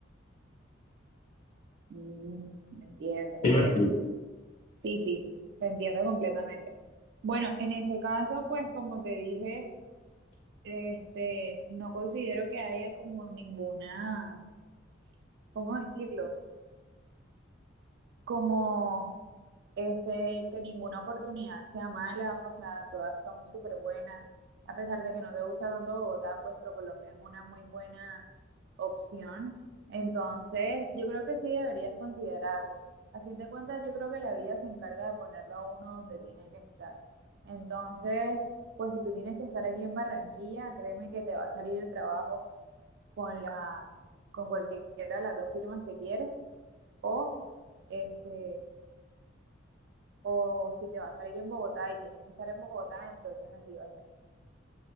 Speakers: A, on the right (about 60°); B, on the left (about 40°).
A: Mm, entiendo, entiendo.
B: Sí, me explico.
A: Sí, sí, te entiendo completamente. Bueno, en ese caso, pues como te dije, este, no considero que haya como ninguna... ¿Cómo decirlo? como este, que ninguna oportunidad sea mala, o sea, todas son súper buenas. A pesar de que no te gusta tanto Bogotá, pues ProColombia es una muy buena opción. Entonces, yo creo que sí deberías considerarlo. A fin de cuentas, yo creo que la vida se encarga de ponerlo a uno donde tiene que estar. Entonces, pues si tú tienes que estar aquí en Barranquilla, créeme que te va a salir el trabajo con la, con cualquiera de las dos firmas que quieres o este o si te va a salir en Bogotá y tienes que estar en Bogotá, entonces así va a ser.